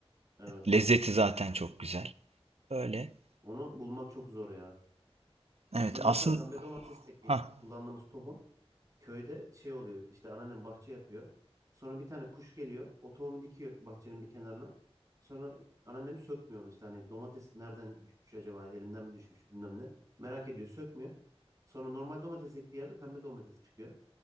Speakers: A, on the right; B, on the right.
A: Evet.
B: Lezzeti zaten çok güzel. Öyle.
A: Onu bulmak çok zor ya.
B: Evet
A: Bizim mesela
B: aslında
A: pembe domatesteki
B: ha
A: kullandığımız tohum köyde şey oluyor. İşte anneannem bahçe yapıyor. Sonra bir tane kuş geliyor. O tohumu dikiyor bahçenin bir kenarına. Sonra anneannem sökmüyor onu işte. Hani domates nereden düşmüş acaba? Elimden mi düşmüş bilmem ne. Merak ediyor sökmüyor. Sonra normal domates ektiği yerde pembe domates çıkıyor.